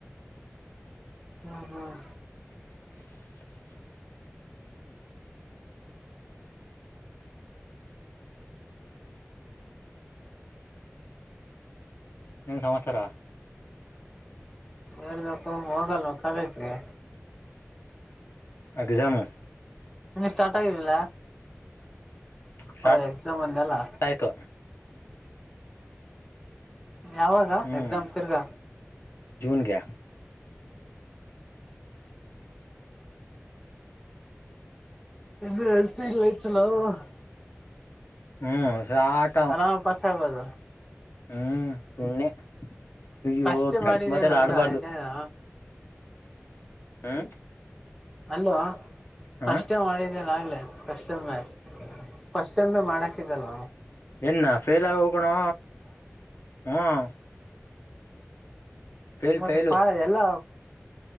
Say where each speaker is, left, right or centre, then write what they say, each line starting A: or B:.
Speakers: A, in the centre; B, on the left.
A: ಹ್ಮ್ ಹ್ಮ್
B: <inaudible> ನಿಮ್ಮ್ ಸಮಾಚಾರ.
A: ಹಳ್ಬೇಕು ಹೋಗಲ್ವ ಕಾಲೇಜಗೆ
B: ಅ ಜಾಮ <inaudible>
A: ಹಿನ್ ಸ್ಟಾರ್ಟ್ ಆಗಿರಲಿಲ್ಲ
B: ಸ್ಟಾರ್ಟ್
A: ಹ ಎಕ್ಸಾಮ್ ಅಂದೆಲ್ಲ
B: ಆಯ್ತು
A: ಯಾವಾಗ
B: ಹ್ಮ್
A: ಎಕ್ಸಾಮ್ ತಿರ್ಗಾ
B: ಜೂನ್ಗೆ
A: ಇದು ಹೇಳ್ತ ಇಲ್ಲ ಚಲ <unintelligible>
B: ಹ್ಮ್ ಸಾಟ್
A: ಆರಾಮ ಪಸಾಗದು
B: ಹ್ಮ್ ಸುಣ್ನೆ ಅಯ್ಯೋ
A: ಫಸ್ಟೇ
B: ಕೆಟ್ಟ
A: ಮಾಡಿದ್ಯಲ್ಲ
B: ಮತ್ತ ಎಲ್ಲ
A: ಬಿಡ
B: ಆಡ್ಬಾರ್ದು
A: ಇನ್ನೇನು
B: ಹಾಂ
A: ಅಲ್ಲೋ
B: ಹ
A: ಫಸ್ಟ್ ಟೈಮ್ ಮಾಡಿದಲ್ಲ ಆಗ್ಲೆ ಫಸ್ಟ್ ಟಮ್ಮ ಫಸ್ಟ್ ಟಮೆ ಮಾಡಕ್ ಲ್ಲ.
B: ಎನ್ನ ಫೇಲ್ ಆಗವ್ ಕಣೋ ಹ್ಮ್. ಫೇಲ್
A: ಮತ್ತೆ
B: ಫೇಲು
A: ಪಳ ಎಲ್ಲ.